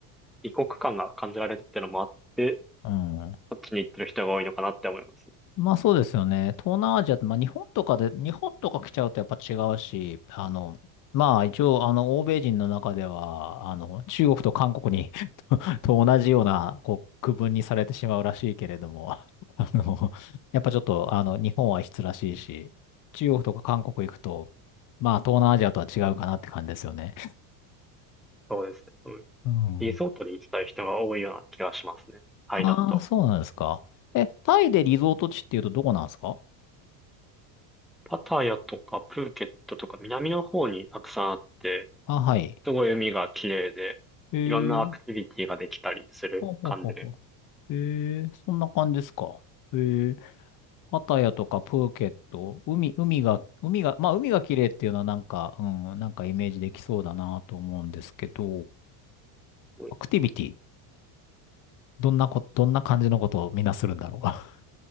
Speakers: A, in the centre; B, on the left.
A: 異国感が感じられるってのもあって、
B: うん。
A: そっちに行ってる人が多いのかなって思います。
B: まあそうですよね。東南アジアって、まあ日本とかで、日本とか来ちゃうとやっぱ違うし、あの、まあ一応、あの、欧米人の中では、あの、中国と韓国に <laughs> と同じような、こう、区分にされてしまうらしいけれども、<laughs> あの、やっぱちょっと、あの、日本は異質らしいし、中国とか韓国行くと、まあ東南アジアとは違うかなって感じですよね。
A: そうですね。うん
B: うん。
A: リゾートに行きたい人が多いような気がしますね。タイだと。
B: ああ、そうなんですか。え、タイでリゾート地っていうとどこなんですか
A: パタヤとかプーケットとか南の方にたくさんあって、
B: あ、はい。
A: すごい海が綺麗で、
B: へえ。
A: いろんなアクティビティができたりする感じで。
B: ほうほうほうほうええ、そんな感じですか。ええ、パタヤとかプーケット、海、海が、海が、まあ海が綺麗っていうのはなんか、うん、なんかイメージできそうだなと思うんですけど、
A: ウ
B: アクティビティ、どんなこ、どんな感じのことをみんなするんだろう。<laughs> あ